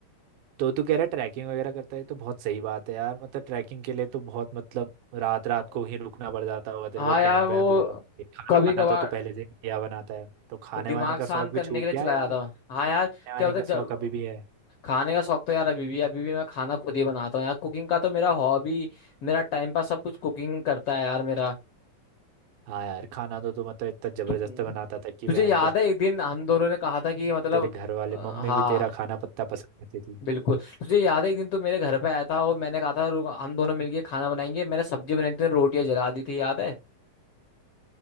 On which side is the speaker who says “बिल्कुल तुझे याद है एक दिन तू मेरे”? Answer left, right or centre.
Left